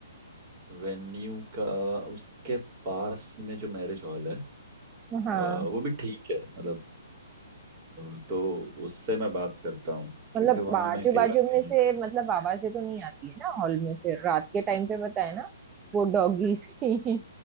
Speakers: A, on the right; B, on the right.
A: वेन्यू का उसके पास में जो मैरिज हॉल है अ,
B: हाँ
A: वो भी ठीक है मतलब अ, तो उससे मैं बात करता हूँ क्योंकि
B: मतलब
A: वहाँ
B: बाजू
A: मैं कई
B: बाजू
A: बार गया
B: में से
A: हूँ
B: मतलब आवाजें तो नहीं आती है ना हॉल में फिर रात के टाइम पे पता है ना वो डॉगीज की